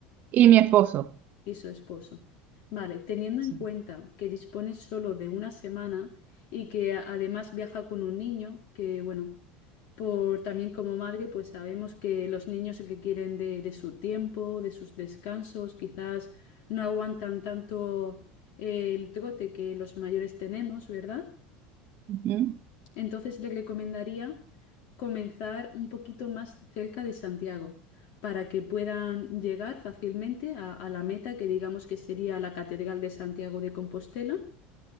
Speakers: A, on the right; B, on the left.
A: Y mi esposo.
B: y su esposo. Vale, teniendo
A: Sí.
B: en cuenta que dispone solo de una semana y que a- además viaja con un niño, que bueno, por también como madre, pues sabemos que los niños que quieren de, de su tiempo, de sus descansos, quizás no aguantan tanto eh, el trote que los mayores tenemos, ¿verdad?
A: Ujú.
B: Entonces le recomendaría comenzar un poquito más cerca de Santiago para que puedan llegar fácilmente a, a la meta que digamos que sería la Catedral de Santiago de Compostela